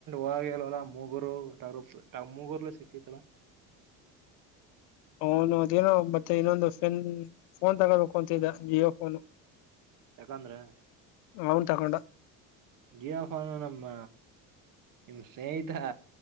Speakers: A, on the right; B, on the left.
A: ಹಾಗಲ್ವಲ್ಲ ಮೂಗುರುಟ <unintelligible> <unintelligible> ಮುಗರ್ಲ್ಲ ಸಿಕ್ತಿಲ್ಲ
B: ಅವನು ಅದೇನೋ ಮತ್ತೆ ಇನ್ನೊಂದು ಫೆನ್ ಫೋನ್ ತಗೋಬೇಕು ಅಂತಿದೆ ಜಿಯೋ ಫೋನ್.
A: ಯಾಕಂದ್ರೆ
B: ಅವನ್ ತಗೊಂಡ
A: ಜಿಯಫೋನ್ ನಮ್ಮ. ನಿಮ್ ಸ್ನೇಹಿತ